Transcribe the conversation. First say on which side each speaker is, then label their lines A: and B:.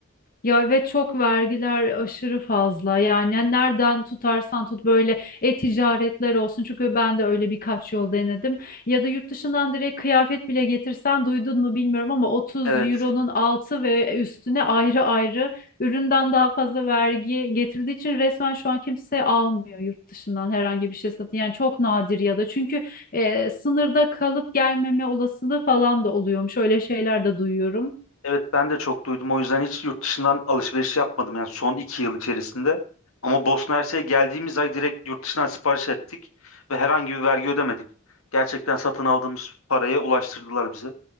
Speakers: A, on the left (about 40°); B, on the left (about 75°).
A: Ya ve çok vergiler aşırı fazla. Yani nereden tutarsan tut böyle e-ticaretler olsun. Çünkü ben de öyle birkaç yol denedim. Ya da yurt dışından direkt kıyafet bile getirsen duydun mu bilmiyorum ama 30
B: Evet.
A: euronun altı ve üstüne ayrı ayrı üründen daha fazla vergi getirdiği için resmen şu an kimse almıyor yurt dışından herhangi bir şey satın. Yani çok nadir ya da çünkü e, sınırda kalıp gelmeme olasılığı falan da oluyormuş. Öyle şeyler de duyuyorum.
B: Evet ben de çok duydum. O yüzden hiç yurt dışından alışveriş yapmadım yani son iki yıl içerisinde. Ama Bosna Hersek'e geldiğimiz ay direkt yurt dışından sipariş ettik ve herhangi bir vergi ödemedik. Gerçekten satın aldığımız paraya ulaştırdılar bize.